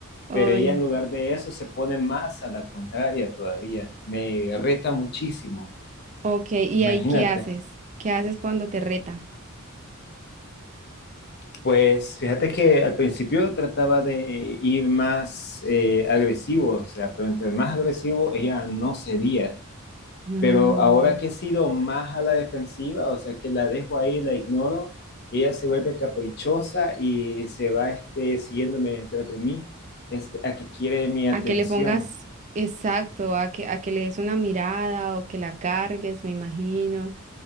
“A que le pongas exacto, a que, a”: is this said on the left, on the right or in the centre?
Right